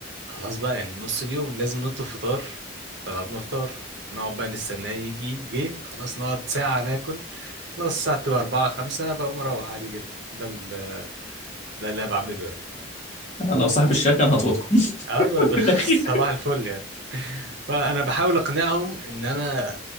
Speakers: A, on the right; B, on the left.
A: خلاص بقى يعني نص اليوم لازم نطلب فطار طلبنا فطار نقعد بقى نستناه يجي جه خلاص نقعد ساعه ناكل خلاص الساعه تبقى 4 5 بقوم اروح عادي جدا ده ال... ده اللي أنا بعمله يعني
B: أنا لو صاحب الشركة انا هطردكم <laughs>
A: اه ب- ب- <laughs>
B: في الاخير
A: صباح الفل يعني فانا بحاول اقنعهم ان انا